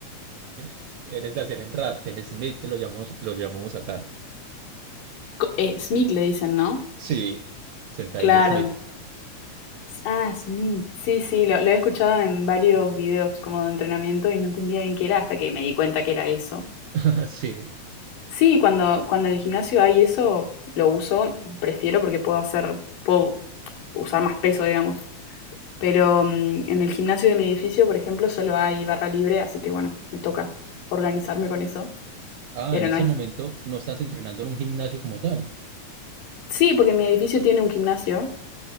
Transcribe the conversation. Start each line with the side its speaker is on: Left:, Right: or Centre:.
Right: <laughs> Eres de hacer en rat, en Smith, te lo llamamos, lo llamamos acá.
Left: Co- eh, SMIC le dicen, ¿no?
Right: Sí, sentadilla
Left: Claro.
Right: Smith.
Left: S- Ah, SMIC. Sí, sí, lo, lo he escuchado en varios videos como de entrenamiento y no entendía bien qué era hasta que me di cuenta que era eso.
Right: <laughs> Sí.
Left: Sí, cuando, cuando en el gimnasio hay eso, lo uso, prefiero porque puedo hacer, puedo usar más peso, digamos. Pero mm, en el gimnasio de mi edificio, por ejemplo, solo hay barra libre, así que bueno, me toca organizarme con eso.
Right: Ah,
Left: Pero
Right: en este
Left: no es.
Right: momento no estás entrenando en un gimnasio como tal.
Left: Sí, porque mi edificio tiene un gimnasio,